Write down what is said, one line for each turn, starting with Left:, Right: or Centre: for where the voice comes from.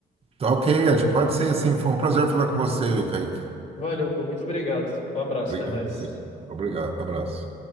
Right: Tá, ok, Ed, pode ser assim. Foi um prazer falar com você, Kaique.
Left: Valeu, pô, muito obrigado. Um abraço,
Right: Obrigado
Left: até mais.
Right: a você. Obrigado. Abraço.